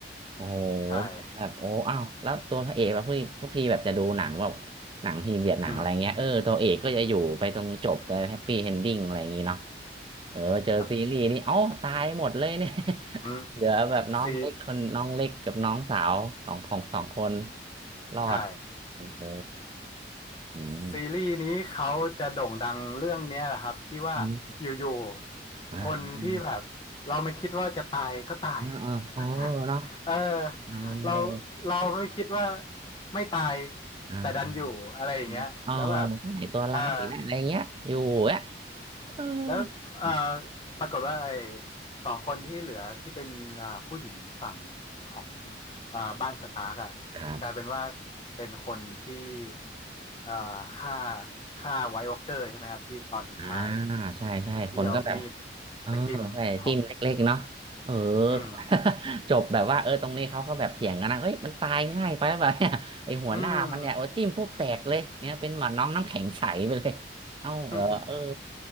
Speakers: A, on the right; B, on the left.
A: โอ้โห
B: ใช่
A: แบบโอ้อ้าวแล้วตัวพระเอกเราทุกทุกทีแบบจะดูหนังแบบหนังพีเรียดหนังอะไรเงี้ยเออตัวเอกก็จะอยู่ไปตรงจบไปแฮปปี้เอนดิ้งอะไรอย่างงี้เนาะ
B: อืมอืม
A: เออเจอซีรีส์นี่เอ้าตายหมดเลยเนี่ย
B: ครับ
A: <laughs>
B: อืม
A: เหลือแบบน้องเล็กคนน้องเล็กกับน้องสาวสองของสองคน
B: ซี
A: รอด
B: ใช่
A: โอ้โหอืม
B: ซีรีส์นี้เขาจะโด่งดังเรื่องนี้แหละครับที่ว่าอยู่ๆคนที่แบบเราไม่คิดว่าจะตายก็ตาย
A: ใช่ไหมอ่าเออเออเออเนาะ
B: <laughs> เออ
A: เออ
B: เราเราไม่คิดว่าไม่ตาย
A: อ่า
B: แต่ดันอยู่อะไรอย่างเงี้ยแล้วแบบ
A: อ๋อใช่ตัวร้ายอีกแล้วอะไรเงี้ยอยู่อ่ะ
B: เออ
A: เออ
B: แล้วเอ่อปรากฏว่าไอ้
A: ครับ
B: สองคนที่เหลือที่เป็นอ่าผู้หญิงฝั่งของอ่าบ้านสตาร์กอ่ะ
A: ครับ
B: กลายเป็นว่าเป็นคนที่อ่าฆ่าฆ่าไวท์วอล์กเกอร์ใช่ไหมครับที่ตอนสุดท้าย
A: อ่าใช่ใช่คนก็แบบ
B: ที่เอามีด
A: เออใช่จิ้มเล็กๆเนาะเออ
B: ไปจิ้มเทาะ
A: <laughs>
B: อืม
A: จบแบบว่าเออตรงนี้เขาก็แบบเถียงกันนะเฮ้ยมันตายง่ายไปแบบเนี่ย <laughs> ไอหัวหน้ามันเนี่ยโอ้จิ้มปุ๊บแตกเลยเนี่ยเป็นหมือนน้องน้ำแข็งใสไปเลย
B: อืม
A: เอ้าเหรอเออ
B: <laughs>